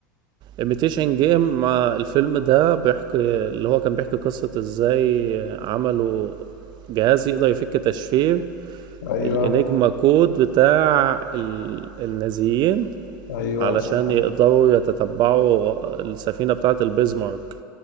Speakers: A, on the right; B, on the left.
A: imitation game ما الفيلم ده بيحكي اللي هو كان بيحكي قصة ازاي عملوا جهاز يقدر يفك تشفير
B: ايوه
A: الانجما كود بتاع ال- النازيين
B: ايوه
A: علشان
B: صح كده.
A: يقدروا يتتبعوا السفينة بتاعة البيزمارك